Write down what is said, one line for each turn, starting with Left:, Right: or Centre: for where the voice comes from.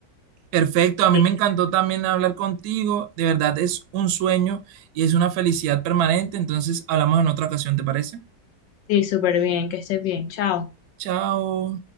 Right: Perfecto, a mí
Left: Sí,
Right: me encantó también hablar contigo. De verdad es un sueño y es una felicidad permanente. Entonces hablamos en otra ocasión, ¿te parece?
Left: sí, súper bien, que estés bien. Chao.
Right: Chao.